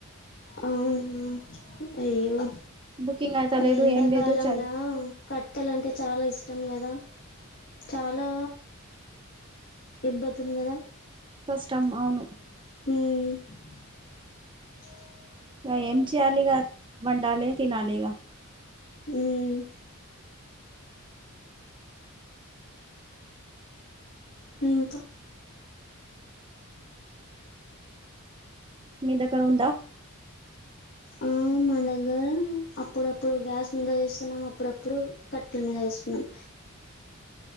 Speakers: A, on the left; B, on the right.
A: అవునా అయ్యో
B: బుకింగ్ అయితలేదు
A: ఈ ఎండాకాలంల
B: ఏం లేదు చాల్
A: కట్టేలంటే చాలా ఇష్ ష్టం కదా చాలా ఇబ్బతం కదా
B: కష్టం అవును
A: మ్
B: ఇగ ఎం చేయాలి ఇగ వండలే తినలే ఇగ
A: మ్ ఇంకా
B: మీ దగ్గర ఉంద
A: ఆ, మా దగ్గర అప్పుడప్పుడు గ్యాస్ మీద వేస్తున్నాం అప్పుడప్పుడు కట్టెల మీద వేస్తున్నాం